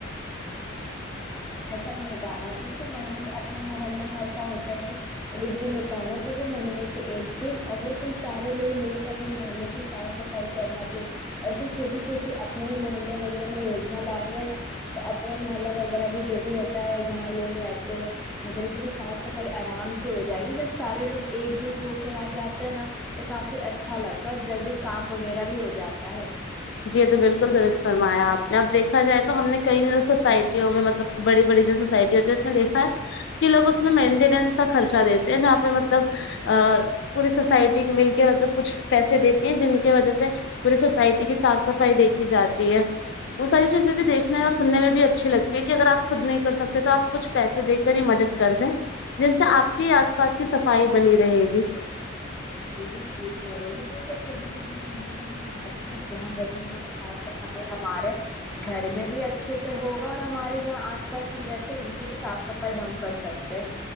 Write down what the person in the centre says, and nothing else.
ایسا بھی نکالنا چاہیے کہ مہینے میں اپنے محلے میں ایسا ہوتا ہے کی ایک دن نکالنا چاہیے مہینے کے ایک دن اور وہ پھر سارے لوگ مل کے اپنے محلے کے صاف صفائی کرنا چاہیے ایسے چھوٹی چھوٹی اپنے ہی محلے وغیرہ میں یوجنا لائیں گے نا تو اپنا محلہ وغیرہ بھی جو بھی ہوتا ہے جہاں لوگ رہتے ہیں ادھر کی بھی صاف صفائی آرام سے ہو جائے گی جب سارے لوگ ایک جٹ ہو کر آ جاتے ہیں نا تو کافی اچھا لگ کا جلدی کام وغیرہ بھی ہو جاتا ہے
بالکل صحیح کہہ رہی ہے <unintelligible> آپ اچھے سے دھیان رکھیں گے صاف صف نہیں ہمارے گھر میں بھی اچھے سے ہوگا اور ہمارے جہاں آس پاس ہم رہتے ہیں ان کی بھی صاف صفائی ہم کر سکتے ہیں